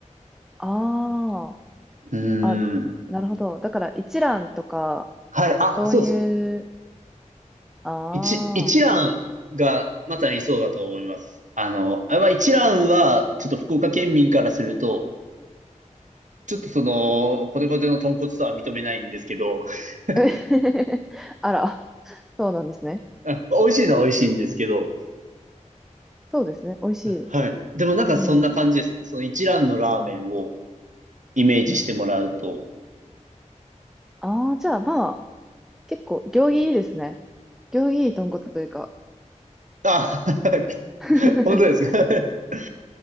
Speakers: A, in the centre; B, on the right.
A: あ
B: うーん。
A: あ、あ、なるほど。だから一蘭とか、
B: はい。あ、
A: そういう、
B: そうですね。
A: ああ、
B: 一、一蘭がまさにそうだと思います。あの、あ、まあ、一蘭は、ちょっと福岡県民からすると、ちょっとその、コテコテの豚骨とは認めないんですけど、<laughs>
A: <laughs> あら、そうなんですね。
B: あ美味しいのは美味しいんですけど、
A: そうですね。美味しい。
B: はい。でもなんかそんな感じですね。
A: うん。
B: その一蘭のラーメンをイメージしてもらうと。
A: ああ、じゃあまあ、結構、行儀いいですね。行儀いい豚骨というか。
B: あ、<laughs>
A: <laughs>
B: 本当ですか <laughs>